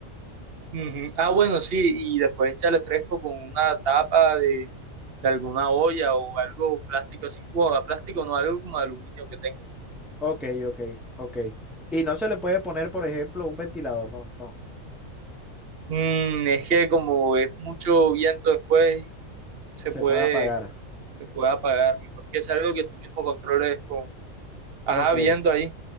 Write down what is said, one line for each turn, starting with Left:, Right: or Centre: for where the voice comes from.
Right: Ujú. Ah, bueno, sí, y después échale fresco con una tapa de, de alguna olla o algo plástico así. Bueno, plástico no, algo como de aluminio que tenga.
Centre: Ok, ok, ok. Y no se le puede poner, por ejemplo, un ventilador, no, no.
Right: Mm, es que como es mucho viento después, se
Centre: Se
Right: puede,
Centre: puede apagar.
Right: se puede apagar. Mejor que es algo que tú mismo controles con... Ajá,
Centre: Ok,
Right: viendo ahí.